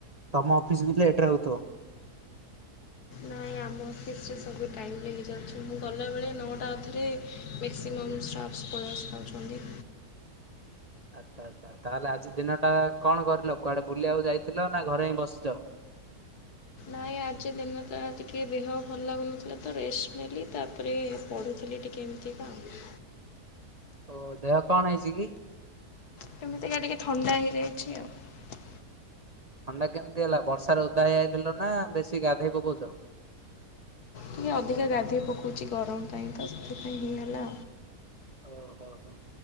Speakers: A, on the right; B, on the left.
A: ତମ ଅଫିସ ବିି ଲେଟରେ ହଉଥିବ।
B: ନାଇଁ ଆମ ଅଫିସରେ ସବୁ ଟାଇମ୍ ଲାଗିଯାଉଛି ମୁଁ ଗଲାବେଳେ ନଅଟା ଅଧରେ ମକ୍ସିମମ କମ୍ ଷ୍ଟାଫ୍ସ ପଳେଇ ଆସିଥାଉଛନ୍ତି।
A: <inaudible> ଆଚ୍ଛା ଆଚ୍ଛା ତାହେଲେ ଆଜି ଦିନଟା କଣ କରିଲ କୁଆଡେ ବୁଲିବାକୁ ଯାଇଥିଲ ନା ଘରେ ହିଁ ବସିଛ? <inaudible>
B: ଭାଇ ଆଜି ଦିନଟା ଟିକେ ଦେହ ଭଲ ଲାଗୁନଥିଲା ତ ରେଷ୍ଟ ନେଲି ତାପରେ ପଢ଼ୁଥିଲି ଟିକେ। ଏମିତିକା ଆଉ।
A: ଓ ଦେହ କଣ ହେଇଛି କି?
B: କେମିତିକା ଟିକେ ଥଣ୍ଡା ହେଇଯାଇଛି ଆଉ।
A: ଥଣ୍ଡା କେମିତି ହେଲା ବର୍ଷାରେ ଉଧା ହେଇଯାଇଥିଲ ନା ବେଶୀ ଗାଧୋଇ ପକଉଛ।
B: ଟିକେ ଅଧିକା ଗାଧୋଇ ପକଉଛି ଗରମ ପାଇଁ ତ ସେଥିପାଇଁ ହିଁ ହେଇଗଲା।
A: ଓ ହୋ ହୋ।